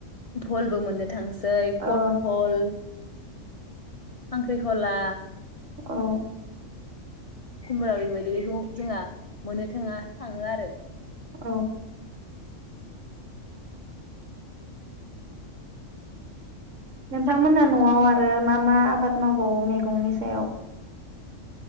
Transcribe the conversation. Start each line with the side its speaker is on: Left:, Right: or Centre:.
Left: भलबो मोनो थांसै पट
Right: औ
Left: हल ख्रांख्रिखला
Right: औ
Left: खुमब्रा बेबायदिखौ जोंहा मोननो थाङा थाङो आरो
Right: औ नोंथांमोना
Left: जोंहा
Right: नआव आरो मा मा आबाद मावबावो मैगंनि सायाव?